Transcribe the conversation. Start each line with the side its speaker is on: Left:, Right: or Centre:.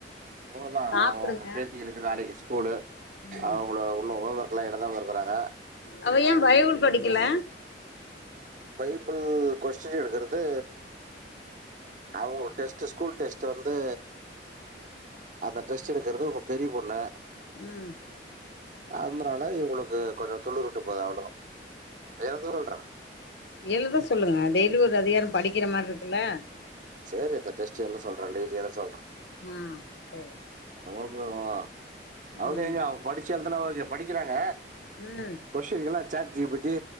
Right: போதோ அவுங்கவுங்க
Left: சாப்புடுங்க
Right: பேத்திகளுக் நாளைக்கு ஸ்கூலு
Left: ம்
Right: அவுங்குலோ உன்னோ ஹோம் ஒர்க்லா எழுதாம இருக்குறாங்க
Left: அவ ஏ பைபிள் படிக்கல
Right: பைபிள் கொஸ்டின் எடுக்குறது அவுங்க டெஸ்ட்டு ஸ்கூல் டெஸ்ட்டு வந்து அத டெஸ்ட்டு எடுக்குறது உங்க பெரிய பொண்ணு
Left: ம்
Right: ஆந்திரால இவுங்களுக்கு கொஞ்சோ துளுர் வுட்டு போது அவ்ளோதா எழுந்துருன்றே
Left: எழுத சொல்லுங்க டெய்லி ஒரு அதிகார படிக்கிற மாரி இருக்குல்ல
Right: சேரி அத்த டெஸ்ட்டு எழுத சொல்றே டெய்லி எத சாப்
Left: ம் சேரி
Right: அவ்ளோ தானா அவுங்க
Left: ம்
Right: ஏரியா அவுங்க படிச்சி எழுதுனா ஒகே படிக்கிறாங்க
Left: ம்
Right: கொஷின்கெல்லா சேட் ஜீ பி டி